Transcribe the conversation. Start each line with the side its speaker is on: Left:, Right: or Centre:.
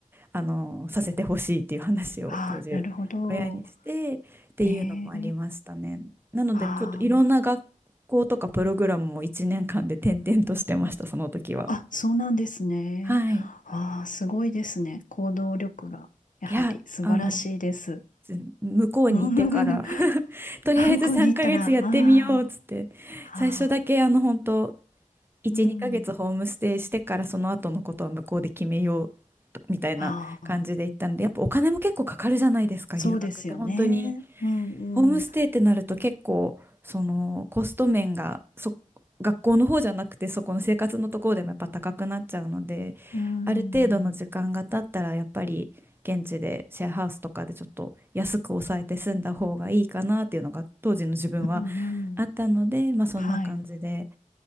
Right: あのさせてほしいっていう話を当時親にしてっていうのもありましたね。
Left: ああ、なるほど。へえ
Right: なのでちょっといろんな学校とかプログラムを1年間で転々としてました、
Left: あ
Right: その時は。
Left: あ、あ、そうなんですね。
Right: はい。
Left: ああ、すごいですね。行動力が、やはり素晴らしいです。
Right: いや、あの、ず向こうにいてから
Left: <laughs> うん
Right: <laughs> とりあえず3ヶ月やってみようっつって最初だけあの本当
Left: あ向こうに行ったら、ああ、あ
Right: 1、
Left: あ、うん、
Right: 2ヶ月ホームステイしてからその後のことは向こうで決めようみたいな感じで行ったのでやっぱお金も結構かかるじゃないですか留学って本当に
Left: ああ、そうですよね。うん、
Right: ホームステイってなると結構そのコスト面がそ学校の方じゃなくてそこの生活のところでもやっぱ高くなっちゃうので
Left: うん、うん、う
Right: ある程度の時間が経ったらやっぱり現地でシェアハウスとかでちょっと安く抑えて住んだ方がいいかなっていうのが当時の自分は
Left: ん、うん
Right: あったので、まあ、そんな感じで
Left: はい。